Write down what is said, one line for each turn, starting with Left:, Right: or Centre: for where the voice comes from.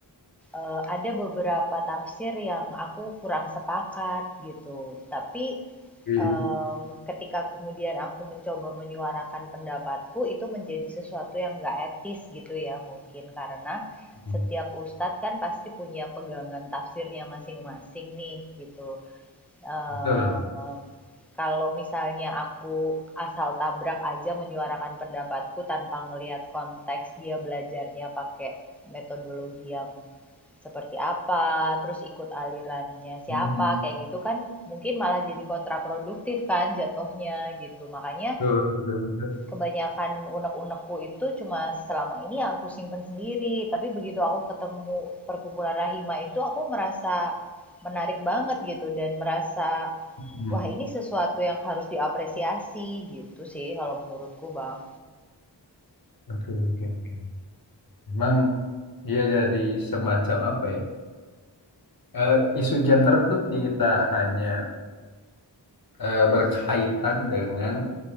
Centre: eh, ada beberapa tafsir yang aku kurang sepakat gitu. Tapi
Left: Hmm.
Centre: em, ketika kemudian aku mencoba menyuarakan pendapatku, itu menjadi sesuatu yang nggak etis gitu ya mungkin karena
Left: Hmm,
Centre: setiap ustadz kan pasti punya pegangan tafsirnya masing-masing nih gitu. Eee,
Left: Betul.
Centre: kalau misalnya aku asal tabrak aja menyuarakan pendapatku tanpa ngelihat konteks dia belajarnya pakai metodologi yang seperti apa, terus ikut alirannya siapa,
Left: Hmm,
Centre: kayak gitu kan mungkin malah jadi kontraproduktif kan jatuhnya gitu. Makanya
Left: Betul, betul, betul.
Centre: kebanyakan unek-unekku itu cuma selama ini ya aku simpen sendiri. Tapi begitu aku ketemu perkumpulan Rahima itu aku merasa menarik banget gitu dan merasa
Left: Hmm,
Centre: wah ini sesuatu yang harus diapresiasi gitu sih kalau menurutku Bang.
Left: Oke, oke, oke. Memang dia jadi semacam apa ya? Eh, isu gender tuh tidak hanya eh, berkaitan dengan